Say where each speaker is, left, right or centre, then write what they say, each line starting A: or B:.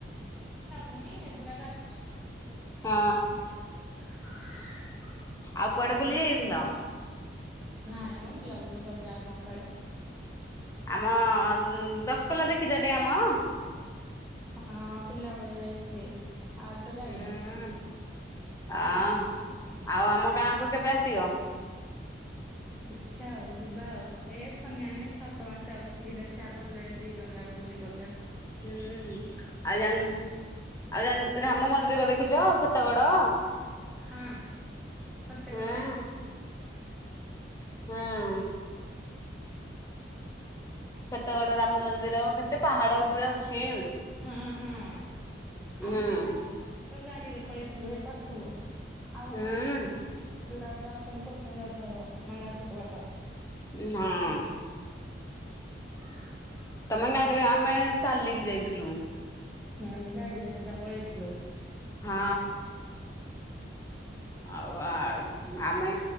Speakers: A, in the centre; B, on the left.
A: ମାନେ ହେଗୁଡାକ ଆସିଚି।
B: ହଁ।
A: <inaudible>
B: ଆଉ କୁଆଡେ ବୁଲି ଯାଇଥିଲ?
A: ନାଇଁ ମା ବୁଲାବୁଲି କରି ଜାଇନୁ କୁଆଡେ।
B: ଆମ ଦଶପଲ୍ଲା ଦେଖିଛ ଡ୍ୟାମ!
A: ହଁ ପିଲାବେଳେ ଯାଇଥିଲି ଆ ଏବେ ଯାଇନି।
B: ହୁଁ। ଆ ଆଉ ଆମ ଗାଁକୁ କେବେ ଆସିବ?
A: ଦେଖିଆ ଆଉ ଯିବା ଆଉ ଏ ଫନିଆନି ସାତ ମାସ ବସିକି ଦେଖିଆ ଗଲେ ଦି ଜଣ ଯାକ ବୁଲି ପ
B: ହୁଁ ଆଉ ଜା ଆଉ ଜା ରାମ ମନ୍ଦିର ଦେଖିଚ? ଫତେଗଡ?
A: ହଁ ଫତେଗଡ
B: ହୁଁ। ହୁଁ। ଫତେଗଡ ରାମ ମନ୍ଦିର କେତେ ପାହାଡ ଉପରେ ଅଛି।
A: ହଁ <unintelligible>
B: ହୁଁ
A: ପଳେଇଥିଲୁ ଏ ପାଖକୁ ଆଉ
B: ହୁଁ
A: ଅଧା ଯୋଉରା ଯାଉଛନ୍ତି କହୁଛନ୍ତି ଅଧ ମାନେ ଅଧିକ ବାଟ।
B: ହଁ।
A: <inaudible>
B: ତମେ ଗାଡିରେ ଆମେ ଚାଲିକି ଯାଇଥିଲୁ।
A: ଆମେ ଗାଡିରେ ସିଧା ପଳେଇଥିଲୁ।
B: ହଁ। ଆଉ ଆଉ ଆମେ